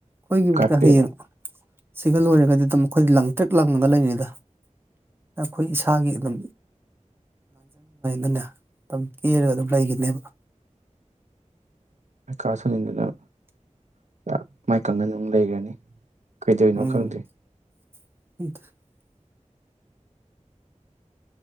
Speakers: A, on the right (about 15°); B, on the right (about 65°).
A: <unintelligible>
B: ꯀꯥꯔꯄꯦꯠ
A: ꯍꯌꯦꯡ <unintelligible> ꯂꯣꯢꯔꯒꯗꯤꯑꯗꯨꯝ ꯑꯈꯣꯏꯗꯤ ꯂꯪꯇꯔ꯭ꯤꯛ ꯂꯪꯉꯒ ꯂꯩꯅꯤꯗ <unintelligible> ꯏꯁꯥꯒꯤ ꯑꯗꯨꯝ <unintelligible> ꯀꯦꯔꯒ ꯑꯗꯨꯝ ꯂꯩꯒꯤꯅꯦꯕ
B: <unintelligible> <unintelligible> ꯀꯩꯗꯧꯔꯤꯅꯣ
A: ꯎꯝ
B: ꯈꯪꯗꯦ
A: <unintelligible>